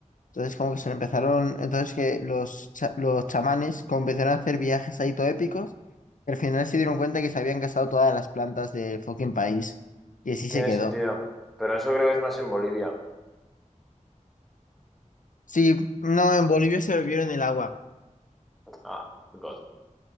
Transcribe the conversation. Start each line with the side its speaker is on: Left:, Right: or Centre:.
Left: Entonces como que se empezaron, entonces que los, cha- los chamanes como empezaron a hacer viajes ahí todo épicos, y al final se dieron cuenta que se habían gastado todas las plantas del fucking país. Y así
Centre: tiene
Left: se quedó.
Centre: sentido. Pero eso creo que es más en Bolivia.
Left: Sí, no, en Bolivia se bebieron el agua,
Centre: Ah, God.